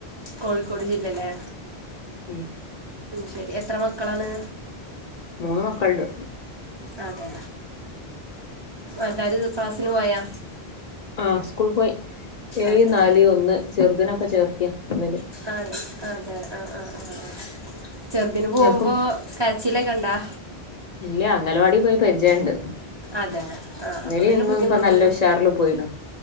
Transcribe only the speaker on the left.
ഉം
മൂന്ന് മക്കള്ണ്ട്
ആഹ് സ്കൂൾ പോയി ഏഴ്
നാല് ഒന്ന് ചെറുതിനെപ്പൊ ചേർത്തിയാ ഒന്നില്
ആക്കും
ഇല്ല അംഗലവാടി പോയി പരിചയണ്ട്
ഇന്നലിം
ഇന്നും
ഇപ്പൊ നല്ല ഉഷാറിൽ പോയിണ്